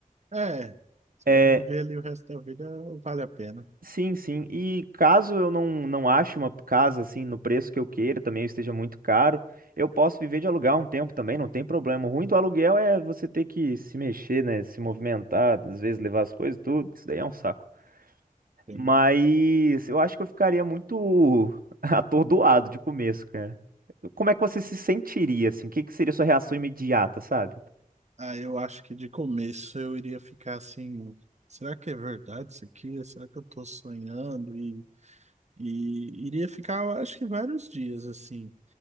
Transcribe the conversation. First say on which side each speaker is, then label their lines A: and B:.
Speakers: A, on the right (about 50°); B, on the right (about 80°).
A: É, você
B: É,
A: vai viver ali o resto da vida, vale a pena.
B: sim, sim. E caso eu não não ache uma casa assim no preço que eu queira, também esteja muito caro, eu posso viver de aluguel um tempo também, não tem problema. O ruim do aluguel é você ter que se mexer, né, se movimentar, às vezes levar as coisas, tudo, isso daí é um saco.
A: Sim.
B: Mas eu acho que eu ficaria muito <laughs> atordoado de começo, cara. Como é que você se sentiria, assim? O que que seria sua reação imediata, sabe?
A: Ah, eu acho que de começo eu iria ficar assim. Será que é verdade isso aqui? Será que eu tô sonhando? E, e iria ficar, eu acho que vários dias assim.